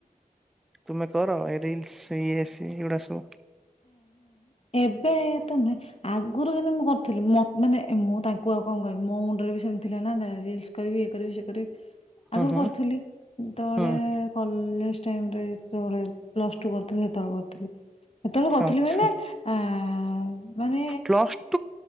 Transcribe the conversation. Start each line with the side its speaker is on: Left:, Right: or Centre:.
Centre: ତୁମେ କର ରିିଲ୍ସ ଇଏ ସ ଏଡା ଶୁ
Left: ଏବେ ତ ନୁହେଁ ଆଗରୁ କିନ୍ତୁ ମୁଁ କରିଥିଲି ମାନେ ମୁଁ ତାଙ୍କୁ ଆଉ କଣ କହିବି ମୋ ମୁଣ୍ଡରେ ବି ସେମିତି ଥିଲା ନା ରସ କରିବି ଏ କରିବି ସେ କରିବି
Centre: ହୁଁ
Left: ଆଗରୁ
Centre: ହୁଁ
Left: କରିଥିଲି ଯେତେବେଳେ
Centre: ହୁଁ
Left: କଲେଜ ଟାଇରେ ଯେଳେ ପ୍ଲସ ଟୁ କରଥିଲ ସେତେବେଳେ କରିଥିଲି। ଏତେବେଳେ କରିଥିଲି
Centre: ଆଚ୍ଛା
Left: ମାନେ ଆ ମାନେ
Centre: ପ୍ଲସ୍